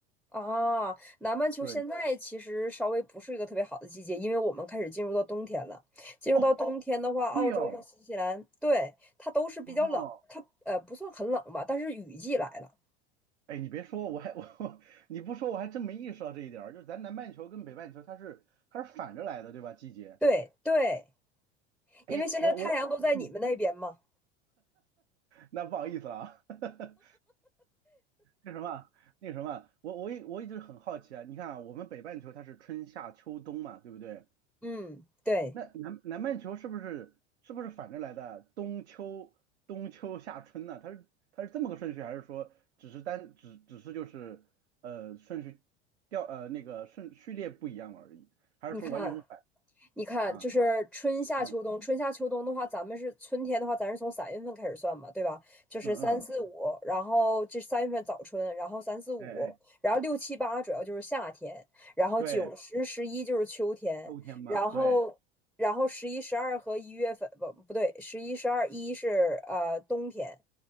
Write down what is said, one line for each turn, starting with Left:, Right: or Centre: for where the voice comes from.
Centre: 啊，南半球现在其实稍微不是一个特别好的季节，
Right: 对，
Centre: 因为我们开始进入到冬天了。进入到哦冬天的话，
Right: 哦，
Centre: 澳洲和新西兰，
Right: 对哦，
Centre: 对，它都是比较冷，
Right: 哦。
Centre: 它呃不算很冷吧，但是雨季来了。
Right: 哎，你别说，我还我 <laughs> 你不说我还真没意识到这一点儿，就是咱南半球跟北半球它是它是反着来的，对吧？季节。
Centre: 对对，
Right: 哎，
Centre: 因为现在太阳都在你们那边嘛。
Right: 我我，嗯，那不好意思了啊，<laughs> 那什么，那什么，我我也我一直很好奇啊，你看啊，我们北半球它是春夏秋冬嘛，对不对？
Centre: 嗯，对，
Right: 那南南半球是不是是不是反着来的？冬秋冬秋夏春呢、它是它是这么个顺序，还是说只是单只只是就是呃顺序调呃那个顺序列不一样而已，还是说完全是反
Centre: 你看，你看，
Right: 啊？
Centre: 就是春夏秋冬，
Right: 嗯
Centre: 春夏秋冬的话，咱们是春天的话，咱是从三月份开始算嘛，对吧？就是三四五，
Right: 嗯嗯，
Centre: 然后这三月份早春，然后三四五，
Right: 哎哎，
Centre: 然后六七八主要就是夏天，然后九十十一就是秋天，
Right: 对，秋天嘛，
Centre: 然后然后十一十二和一月份不不对，
Right: 对，
Centre: 十一十二一是呃冬天，